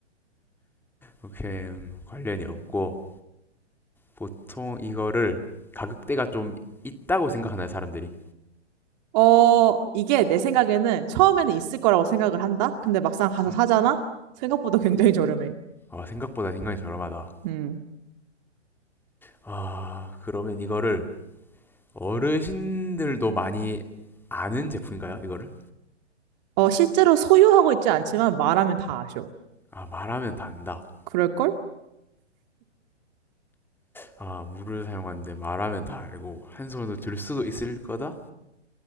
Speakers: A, in the centre; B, on the right (about 35°).
A: 오케이 음, 관련이 없고 보통 이거를 가격대가 좀 있다고 생각하나요 사람들이?
B: 어, 이게 내 생각에는 처음에는 있을 거라고 생각을 한다? 근데 막상 가서
A: 음,
B: 사잖아? 생각보다 굉장히 저렴해.
A: 아, 생각보다 굉장히 저렴하다.
B: 음.
A: 아, 그러면 이거를 어르신들도 많이 아는 제품인가요? 이거를?
B: 어, 실제로 소유하고 있지 않지만 말하면 다 아셔.
A: 아, 말하면 다 안다.
B: 그럴걸?
A: 아, 물을 사용하는데 말하면 다 알고 한 손으로 들 수도 있을 거다?